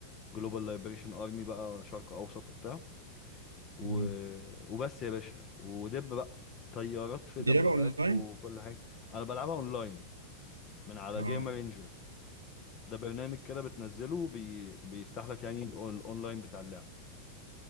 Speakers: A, on the left; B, on the right.
A: جلوبال ليبريشن ارمي بقى شرق اوسط وبتاع و...
B: مم.
A: وبس يا باشا ودب بقى طيارات في دبابات
B: دي لعبة اونلاين
A: وكل حاجة انا بلعبها اونلاين من على
B: اه
A: جيم رينجر ده برنامج كده بتنزله بي... بيفتح لك يعني الأون- الاونلاين بتاع اللعب